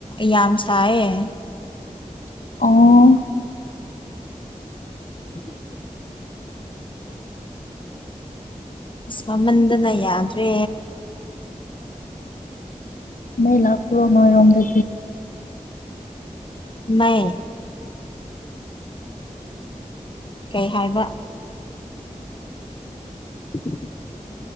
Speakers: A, on the left (about 40°); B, on the left (about 85°).
A: ꯌꯥꯝ ꯁꯥꯏꯌꯦ
B: ꯑꯣ
A: <unintelligible> ꯁꯥꯃꯟꯗꯅ ꯌꯥꯗ꯭ꯔꯦ
B: ꯃ ꯂꯥꯛꯄꯔꯣ ꯅꯣꯏꯔꯣꯝꯗꯦ
A: ꯅ ꯀꯩ ꯍꯥꯏꯕ <unintelligible>